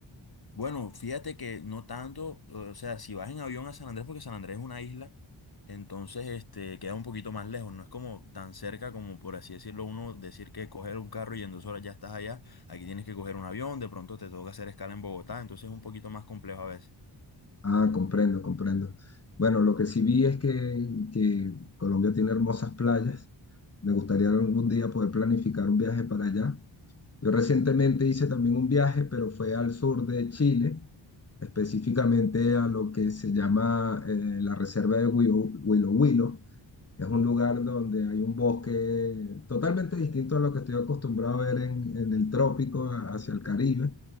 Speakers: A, on the left; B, on the left.
A: Bueno, fíjate que no tanto, o sea, si vas en avión a San Andrés, porque San Andrés es una isla, entonces este queda un poquito más lejos, no es como tan cerca como por así decirlo, uno decir que coger un carro y en dos horas ya estás allá, aquí tienes que coger un avión, de pronto te toca hacer escala en Bogotá, entonces es un poquito más complejo a veces.
B: Ah, comprendo, comprendo. Bueno, lo que sí vi es que, que Colombia tiene hermosas playas. Me gustaría algún día poder planificar un viaje para allá. Yo recientemente hice también un viaje, pero fue al sur de Chile, específicamente a lo que se llama eh, la reserva de Huilo Huilo. Huilo. Es un lugar donde hay un bosque totalmente distinto a lo que estoy acostumbrado a ver en, en el trópico, a- hacia el Caribe,